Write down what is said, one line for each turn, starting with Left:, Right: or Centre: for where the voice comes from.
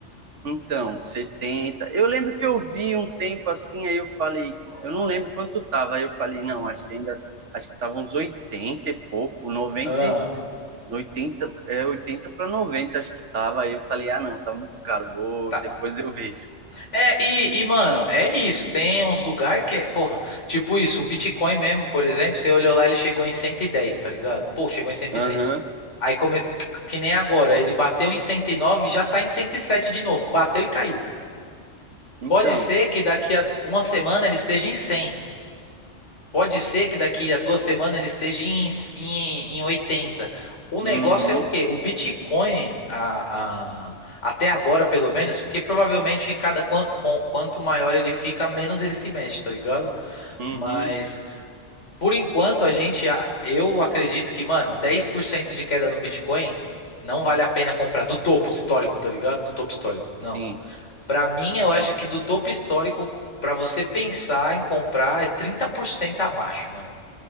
Right: Então, setenta Eu lembro que eu vi um tempo assim, aí eu falei, eu não lembro quanto tava. Aí eu falei, não,
Left: Hum.
Right: acho que ainda. Acho que tava uns 80 e pouco, noventa
Left: Ah,
Right: do 80 é 80 para 90 acho que tava. Aí eu falei, ah, não, tá muito caro, vou,
Left: tá.
Right: depois eu vejo.
Left: É, e, e, mano, é isso. Tem uns lugares que é, porra, tipo isso, o Bitcoin mesmo, por exemplo, você olhou lá, ele chegou em cento e dez tá ligado? Pô, chegou em cento
Right: Aham.
Left: e dez Aí, come... que nem agora, ele bateu em cento e nove já tá em 107 de novo. Bateu e caiu.
Right: Então,
Left: Pode ser que daqui a uma semana ele esteja em cem Pode ser que daqui a duas semanas ele esteja em, em, em 80. O negócio
Right: uhum,
Left: é o quê? O Bitcoin, a- a- até agora pelo menos, porque provavelmente cada quan- com- quanto maior ele fica, menos ele se mexe, tá ligado?
Right: uhum,
Left: Mas por enquanto a gente, a- eu acredito que, mano, 10% de queda no Bitcoin não vale a pena comprar do topo histórico, tá ligado? Do topo histórico. Não.
Right: sim.
Left: Pra mim, eu acho que do topo histórico, pra você pensar em comprar, é 30% abaixo, mano.